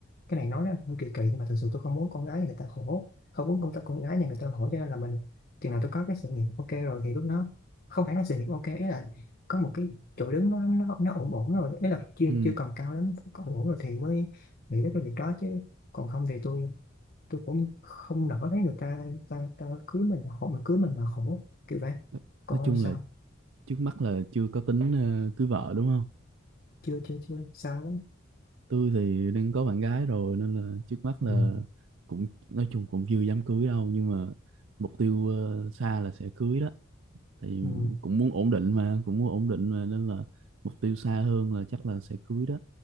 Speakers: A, on the left; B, on the right.
A: cái này nói ra nó kỳ kỳ nhưng mà thực sự tôi không muốn con gái nhà người ta khổ không muốn con ta con gái nhà người ta khổ cho nên là mình chừng nào tôi có cái sự nghiệp ok rồi thì lúc đó không phải là sự nghiệp ok ý là có một cái chỗ đứng nó nó, nó ổn ổn rồi ý là chưa
B: ừ.
A: chưa còn cao lắm có ổn ổn rồi thì mới nghĩ đến cái việc đó chứ còn không thì tôi tôi cũng không nỡ thấy người ta ta ta cưới mình mà khổ mình cưới mình mà khổ kiểu vậy
B: Nói
A: còn
B: nói
A: ông
B: chung
A: sao
B: là trước mắt là chưa có tính ờ, cưới vợ đúng không
A: chưa chưa chưa xa lắm
B: tôi thì đang có bạn gái rồi nên là trước mắt là
A: ừ.
B: cũng nói chung cũng chưa dám cưới đâu nhưng mà mục tiêu ờ, xa là sẽ cưới đó thì
A: Ừ.
B: cũng muốn ổn định mà cũng muốn ổn định mà nên là mục tiêu xa hơn là chắc là sẽ cưới đó